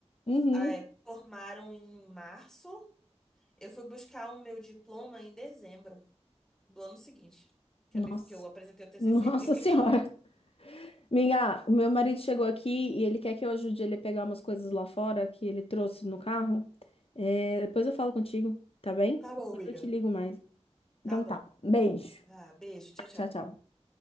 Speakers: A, on the left (about 60°); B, in the centre.
A: Uhum.
B: ah, é, formaram em março. Eu fui buscar o meu diploma em dezembro do ano seguinte, que
A: Nossa.
B: eu, me, que eu apresentei o TCC.
A: Nossa
B: <laughs>
A: <laughs> Senhora. Minha, o meu marido chegou aqui e ele quer que eu ajude ele a pegar umas coisas lá fora que ele trouxe no carro. É, depois eu falo contigo, tá bem?
B: Tá bom,
A: Depois
B: amiga.
A: eu te ligo mais.
B: <laughs> Tá
A: Então
B: bom.
A: tá. Beijo.
B: Ah, beijo, tchau, tchau.
A: Tchau, tchau.